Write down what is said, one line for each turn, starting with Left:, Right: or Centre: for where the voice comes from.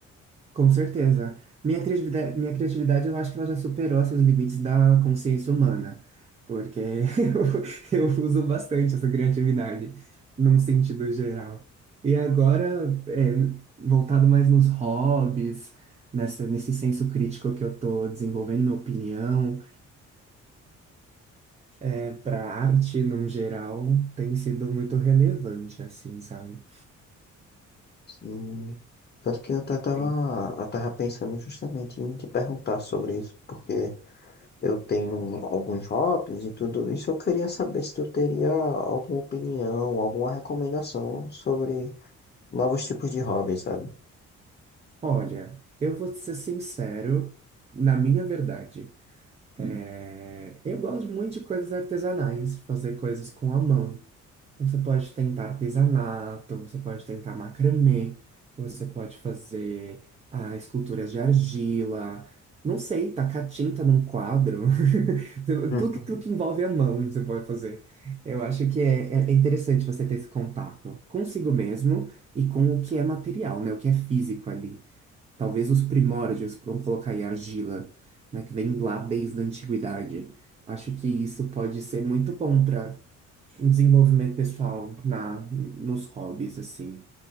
Right: Com certeza. Minha criatividade, minha criatividade, eu acho que ela já superou esses limites da consciência humana, porque <laughs> eu, eu uso bastante essa criatividade, num sentido geral. E agora, é, voltado mais nos hobbies, nessa, nesse senso crítico que eu tô desenvolvendo, minha opinião, É, para arte, num geral, tem sido muito relevante, assim, sabe?
Left: Sim. Tanto que eu até tava,
Right: Tem...
Left: eu tava pensando justamente em te perguntar sobre isso, porque eu tenho alguns hobbies e tudo isso. Eu queria saber se tu teria alguma opinião, alguma recomendação sobre novos tipos de hobbies, sabe?
Right: Olha, eu vou ser sincero, na minha verdade, é, eu gosto muito de coisas artesanais, fazer coisas com a mão. Então, Você pode tentar artesanato, você pode tentar macramê, você pode fazer ah, esculturas de argila, não sei, tacar tinta num quadro. <laughs>
Left: Uhum.
Right: Tudo que, tudo que envolve a mão você pode fazer. Eu acho que é, é é interessante você ter esse contato consigo mesmo e com o que é material, né? O que é físico ali. Talvez os primórdios, vamos colocar aí argila, né? Que vem lá desde a antiguidade. Acho que isso pode ser muito bom para um desenvolvimento pessoal na, nos hobbies, assim,